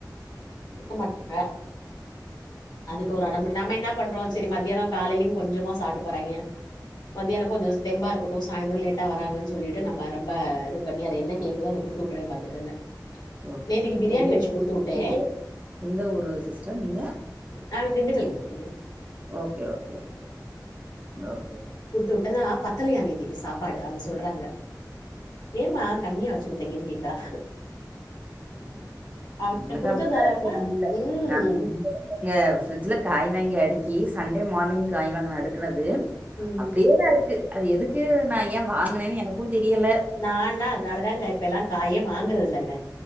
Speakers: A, on the right; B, on the left.
A: சரி
B: அ அதுக்கு ஒரு அடமன் நம்ம என்ன பண்றோ சரி மதியானோ காலையிலயு கொஞ்சமா சாப்ட்டு போறாய்ங்க மதியானோ கொஞ்சோ தெம்பா இருக்கட்டு சாயந்தரோ லேட்டா வராங்கன் சொல்லிட்டு நம்ம ரொம்ப இது பண் ணி அது என்ன கேக்குதோ அத குடுத்துவுட்டுரே பாத்துக்கங்க
A: ஓகே
B: நேத்திக்கு
A: ஓகே
B: பிரியாணி
A: ஒங்கள
B: வச்சு குடுத்து விட்டே
A: <unintelligible> எந்த ஊரு சிஸ்டர் நீங்க
B: நாங்க திண்டுக்கல்ங்க Dindigul
A: okay okay okay okay
B: டோடல்லா பத்தலையா நேத்திக்கு சாப்பாடு அவங்க சொல்றாங்க ஏமமா கம்மியா வச்சு உட்டிங்கன்னு கேக்குறா
A: ம்
B: அவனுக்கு
A: உங்களுக்கு
B: புடிச்ச
A: அப்டிதா
B: சாதம்னா
A: இருக்குன் நடுவுல
B: ம்
A: நா <unintelligible> ங்க ஃப்ரிஜ்ட்ல காய் வாங்கி அடுக்கி சண்டே மார்னிங் காய் வாங்குன அடுக்கனது
B: ம்
A: அப்டியே தா இருக்கு அது எதுக்கு நா ஏன் வாங்குனன்னு எனக்குன் தெரியல
B: நால்லா அதனால தாங்க இப்பெல்லா காயே வாங்குறதில்லங்க